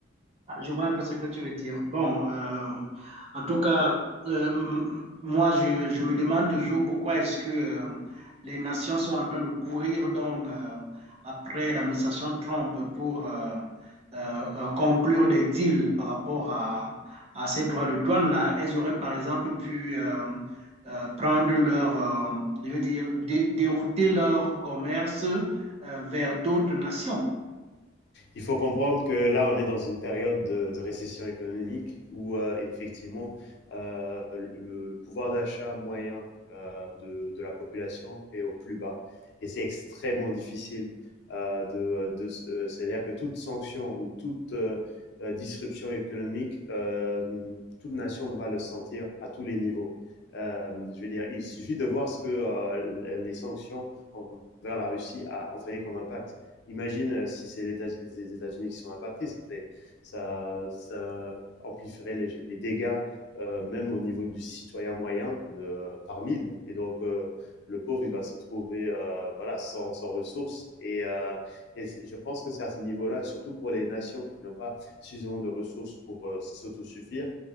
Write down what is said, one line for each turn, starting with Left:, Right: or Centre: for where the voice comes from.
Right: Ah, Je vois un peu ce que tu veux dire. Bon, euh, en tout cas, euh, m- moi, je, je me demande toujours pourquoi est-ce que euh, les nations sont en train de courir donc, euh, après l'administration Trump pour euh, euh, euh, conclure des deals par rapport à, à ces droits de douane-là. Elles auraient, par exemple, pu euh, euh, prendre leur, euh, je veux dire, dé- dérouter leur commerce euh, vers d'autres nations.
Left: il faut comprendre que là, on est dans une période de, de récession économique où euh, effectivement euh, le, le, pouvoir d'achat moyen euh, de, de, la population est au plus bas. Et c'est extrêmement difficile Euh, de... de euh, C'est-à-dire que toute sanction ou toute euh, euh, disruption économique, euh, toute nation va le sentir à tous les niveaux. Euh, je veux dire, il suffit de voir ce que euh, les sanctions envers la Russie a entraîné comme impact. Imagine euh, si c'est États les États-Unis qui sont impactés, ça fait ça, ça amplifierait les, les dégâts euh, même au niveau du citoyen moyen de, euh, par mille. Et donc euh, le pauvre il va se trouver euh, voilà sans, sans ressources. Et, euh, et je pense que c'est à ce niveau-là, surtout pour les nations qui n'ont pas suffisamment de ressources pour euh, s'autosuffire,